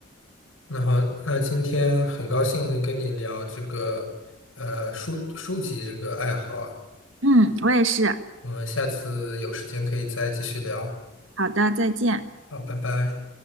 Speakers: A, on the left; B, on the right.
A: 那好，那今天很高兴能跟你聊这个，呃，书书籍这个爱好啊。
B: 嗯，我也是。
A: 我们下次有时间可以再继续聊。
B: 好的，再见。
A: 好，拜拜。